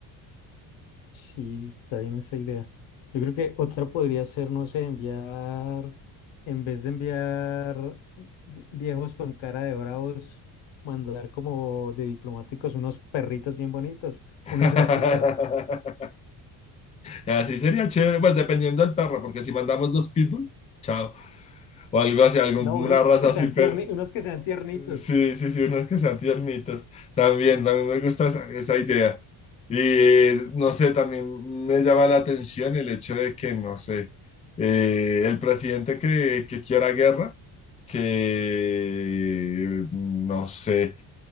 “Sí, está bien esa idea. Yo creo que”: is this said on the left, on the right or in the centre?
Left